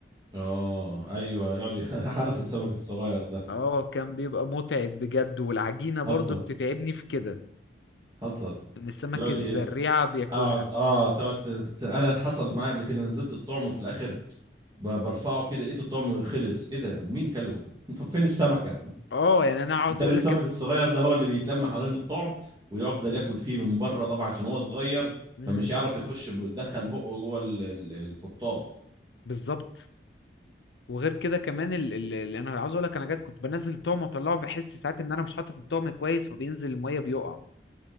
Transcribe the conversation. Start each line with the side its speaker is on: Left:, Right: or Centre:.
Right: اه ايوه يقعد ي- <laughs> عارف السمك الصغير ده
Left: اه كان بيبقى متعب بجد والعجينة برضو
Right: حصل
Left: بتتعبني في كده
Right: حصل
Left: ان السمك
Right: يقعد
Left: الزريعة
Right: ي-
Left: بياكلها
Right: اقعد اه تقعد ت- ت- انا حصل معايا قبل كده نزلت الطعم في الاخر ب- برفعه كده لقيت الطعم خلص ايه ده مين كله <laughs> طب فين السمكه
Left: اه يعني انا عاوز
Right: بتاري
Left: اقول
Right: السمك
Left: لك كم...
Right: الصغير ده هو اللي بيتلم حوالين الطعم ويفضل ياكل فيه من بره طبعا عشان هو صغير
Left: مم،
Right: فمش يعرف يخش ب- يدخل بقه جوه ال- ال- الخطاف
Left: بالظبط وغير كده كمان ال- ال- اللي انا عاوز اقول لك انا جات كنت بنزل الطعم واطلعه بحس ساعات ان انا مش حاطط الطعم كويس فبينزل المية بيقع